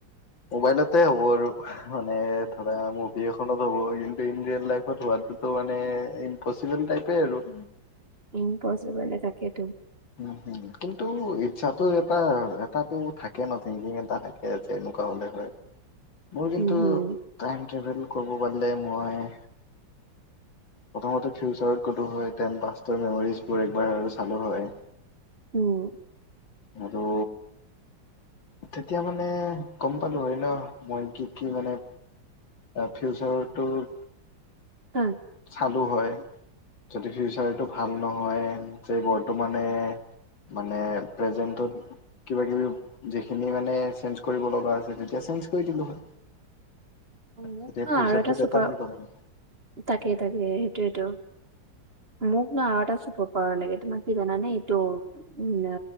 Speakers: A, on the left; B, on the right.
A: মোবাইলতে হ'ব আৰু মানে ধৰা মুভি এখনত হ'ব কিন্তু ইন ৰিয়েল লাইফত হোৱাটো ইটো মানে ইম্পপচিবল টাইপে আৰু।
B: ইম্পপচিবলে তাকেতো।
A: উম হুম কিন্তু ইচ্ছাটো এটা এটাটো থাকে ন থিংকিং এটা থাকে। কেনেকুৱা হ'লে হয়?
B: <inaudible>
A: মোৰ কিন্তু
B: হম
A: টাইম ট্ৰেভেল কৰিব পৰিলে মই প্ৰথমতে ফিউচাৰত গ'লোঁ হয় দেন পাষ্টৰ মেমৰিজবোৰ একবাৰ আৰু চালো হয়।
B: উম।
A: আৰু তেতিয়া মানে গম পালো হয় ন মই কি কি মানে ফিউচাৰটোত
B: অ'।
A: চালো হয় যদি ফিউচাৰটো ভাল নহয় যে বৰ্তমানে মানে প্ৰেজেণ্টত কিবা কিবি যিখিনি মানে চেঞ্জ কৰিব লগা আছে তেতিয়া চেঞ্জ কৰি দিলো হয়।
B: মোক
A: তেতিয়া
B: ন
A: ফিউচাৰটো
B: আৰু এটা
A: বেটাৰ
B: চুপাৰ
A: হৈ গ'ল হয়।
B: তাকে তাকে সেইটোৱে টো। মোক ন আৰু এটা চোপাৰ পাওৱাৰ লাগে, তোমাৰ কি জানে নে? টো উ